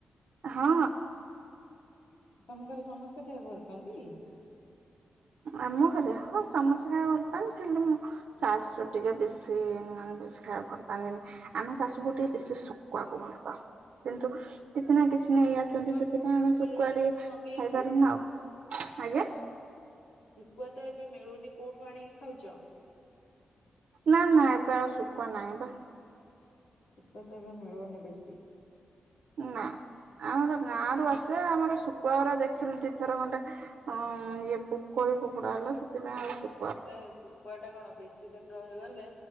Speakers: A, on the right; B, on the left.
A: ହଁ।
B: ତମ ଘରେ ସମସ୍ତେ ଖାଇବାକୁ ଭଲ ପାଆନ୍ତି?
A: ଆମ ଘରେ ହଁ ସମସ୍ତେ ଖାଇବାକୁ ଭଲ ପାଆନ। କିନ୍ତୁ ମୋ ଶାଶୁ ଟିକେ ବେଶୀ ନନଭେଜ୍ ଖା <unintelligible> ଭଲ ପାଏନି। ଆମେ ଶାଶୁ ବହୁ ଟିକେ ବେଶୀ ଶୁକୁୁଆକୁ ଭଲ ପାଉ। କିନ୍ତୁ କିଛି
B: ଓହୋ
A: ନା କିଛି ନେଇ ଆସନ୍ତି
B: ଶୁଖୁଆ
A: ସେଥିପାଇଁ
B: କୋଉଠି
A: ଆମେ
B: ମିଳୁଛି
A: ଶୁକୁଆ ଟିକେ
B: ତମେ ମଗେଇକି
A: ଖାଇପାରୁନୁ ଆଉ। ଆଜ୍ଞା।
B: ଶୁକୁଆ ତ ଏବେ ମିଳୁନି କୋଉଠୁ ଆଣିକି ଖାଉଚ?
A: ନା ନା ଏବେ ଆଉ ଶୁକୁଆ ନାହିଁ ପା।
B: ଶୁକୁଆ ତ ଏବେ ମିଳୁନି ବେଶି।
A: ନା। ଆମର ଗାଁ ରୁ ଆସେ। ଆମର ଶୁକୁଆଗୁରା ଦେଖିଲୁ ଦିଥର ଖଣ୍ଡେ ଅଁ, ଇଏ ପୋକ ଏ ଫୋପଡା ହେଲା। ସେଥିପାଇଁ ଆଉ ଶୁ
B: ଏ ଶୁକୁଆ ଟା କଣ ବେଶୀ ଦିନ ରହିଗଲେ